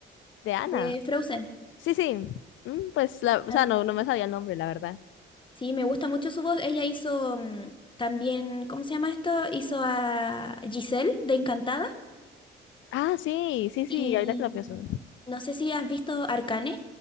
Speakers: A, on the left; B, on the left.
A: De Ana.
B: de Frozen.
A: Sí, sí. Mm, Pues
B: Me
A: la, o
B: encanta.
A: sea, no, no me sabía el nombre, la verdad.
B: Sí, me gusta mucho su voz. Ella hizo mm, también, ¿cómo se llama esto? Hizo a Giselle de Encantada.
A: Ah, sí, sí,
B: Y
A: sí, ahorita que lo pienso.
B: mm, no sé si has visto Arcane,